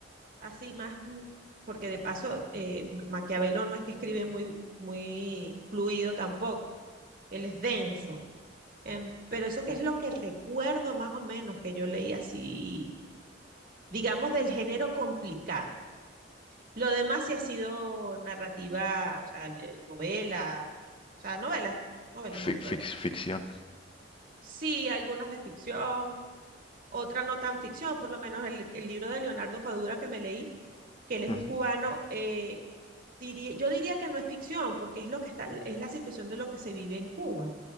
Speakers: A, on the right; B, on the left.
A: así más, mm, porque de paso, eh, Ma- Maquiavelo no es que escribe muy, muy fluido tampoco, él es denso. Em, pero eso que es lo que recuerdo más o menos que yo leí así, digamos, del género complicado. Lo demás sí ha sido narrativa, o sea, le- novela, o sea, novelas, novelas
B: Fic-
A: más que
B: fic-
A: todo.
B: ficción.
A: Sí, algunas de ficción, otras no tan ficción, por lo menos el, el libro de Leonardo Padura que me leí, que él es
B: Ujú,
A: un cubano, eh, diría- yo diría que no es ficción, porque es lo que está, es la situación de lo que se vive en Cuba.